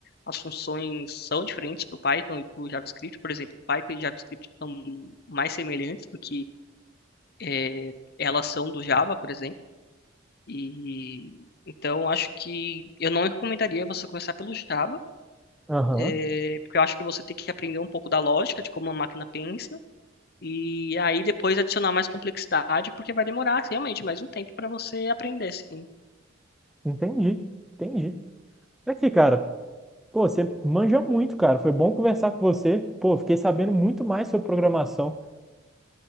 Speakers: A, on the left (about 50°); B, in the centre.
A: as funções são diferentes para o Python e para o JavaScript, por exemplo, Python e JavaScript são mais semelhantes do que eh, elas são do Java, por exemplo. E então acho que eu não recomendaria você começar pelo Java,
B: aham,
A: eh, porque eu acho que você tem que aprender um pouco da lógica de como a máquina pensa e aí depois adicionar mais complexidade, porque vai demorar assim, realmente mais um tempo para você aprender, assim.
B: entendi, entendi. Aqui, cara, Pô, você manja muito, cara. Foi bom conversar com você. Pô, fiquei sabendo muito mais sobre programação.